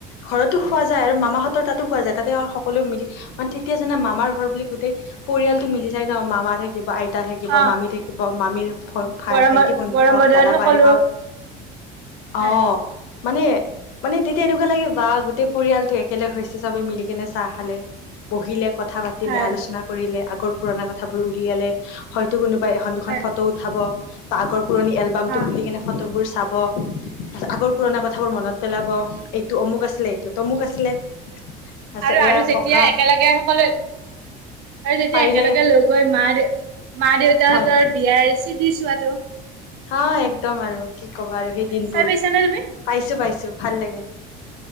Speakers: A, on the left; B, on the right.
A: ঘৰতো খোৱা যায় আৰু মামাহতৰ তাতো খোৱা যায় তাতে আৰু সকলোৱ মিলি মানে তেতিয়া জানা মামাৰ ঘৰ বুলি গোটেই পৰিয়ালতটো মিলি যায় ন মামা থাকিব আইত তা থাকিব
B: অ'।
A: মামী থাকিব মামীৰ ভাই
B: গৰমৰ
A: ভাইটি ভন্টি
B: গৰম
A: হওক
B: বতৰত
A: দাদা
B: সকলো
A: বাইে হওক
B: হয়।
A: আহ মানে মানে তেতিয়া এনেকুৱা লাগে বা গোটেই পৰিয়ালটো একেলগ হৈছে চবে মিলি কেনে চাহ খালে বহিলে কত কথা পাতিলে
B: হয়,
A: আলোচনা কৰিলে আগৰ পুৰণা কথাবোৰ উলিয়ালে হয়তো কোনো বা এখন দুখন
B: হয়,
A: ফটো উঠাব পাৰ্কৰ পুৰণি এলবাম
B: অ',
A: তো খুলি কেনে চাবত আগৰ পুৰণা কথাবোৰ মনত পেলাব এইটো অমুক আছিলে এইটোত অমুক আছিলে তাৰপিছত
B: আৰু
A: এয়া
B: আৰু যেতিয়া
A: ককা
B: একেলগে সকলো আৰু যেতিয়া
A: পাৰিলে
B: একেলগে লগ হৈ মাৰ মাঁ দেউতাহঁতৰ
A: হয়
B: বিয়াৰ চিধি চোৱাাতটো
A: হয় একদম আৰু কি কবা আৰু সেই দিনবোৰ
B: চাই পাইছানে তুমি?
A: পাইছো পাইছো ভাল লাগে